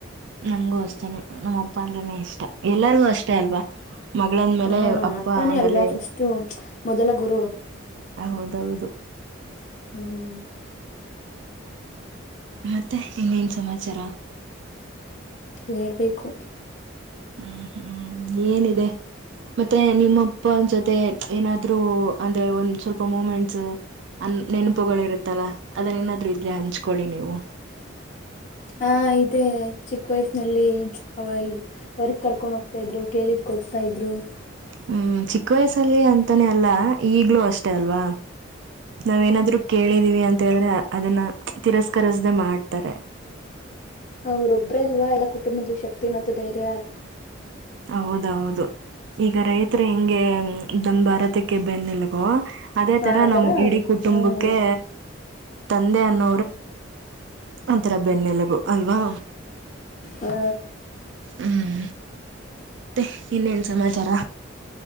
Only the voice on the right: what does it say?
ನಂಗೂ ಅಷ್ಟೇನೆ ನಮ್ಮಪ್ಪ ಅಂದ್ರೆನೆ ಇಷ್ಟ ಎಲ್ಲರಿಗೂ ಅಷ್ಟೇ ಅಲ್ವಾ? ಮಗಳಂದ್ ಮೇಲೆ
ಅಪ್ಪ
ಆಮೇಲೆ
ಹೌದೌದು.
ಮತ್ತೆ ಇನ್ನೇನ್ ಸಮಾಚಾರ
ಹ್ಮ್ ಹ್ಮ್ ಏನಿದೆ ಮತ್ತೆ ನಿಮ್ಮಪ್ಪನ ಜೊತೆ ಏನಾದ್ರು ಅಂದ್ರೆ ಒಂದ್ ಸ್ವಲ್ಪ ಮೊಮೆಂಟ್ಸ್ ನೆನಪುಗಳು ಇರುತ್ತಲ್ಲ. ಆದರೆ ಏನಾದರೂ ಇದ್ರೆ ಹಂಚಿಕೊಳ್ಳಿ ನೀವು. <inaudible>
ಹ್ಮ್ ಚಿಕ್ ವಯಸ್ಸಲ್ಲಿ ಅಂತಾನೆ ಅಲ್ಲ ಈಗಲೂ ಅಷ್ಟೇ ಅಲ್ವಾ? ನಾವೇನಾದ್ರೂ ಕೇಳಿದಿವಿ ಅಂದ್ ದೇವ್ರೇ ಅದನ್ನ ತಿರಸ್ಕರುಸ್ದೆ ಮಾಡ್ತಾರೆ.
ಹೌಹೌದು ಈಗ ರೈತರು ಎಂಗೆ ನಮ್ಮ ಭಾರತಕ್ಕೆ ಬೆನ್ನೆಲಾಬು ಅದೇ ತರ
ನಮ್ಮ ಡಿಡಿ ಕುಟುಂಬಕ್ಕೆ
ತಂದೆ <inaudible> ಹ್ಮ್ ಅದರ ಬೆನ್ನೆಲುಬು ಅಲ್ವಾ
ಹ್ಮ್ ಮತ್ತೆ ಇನ್ನಯೇನ ಸಮಾಚಾರ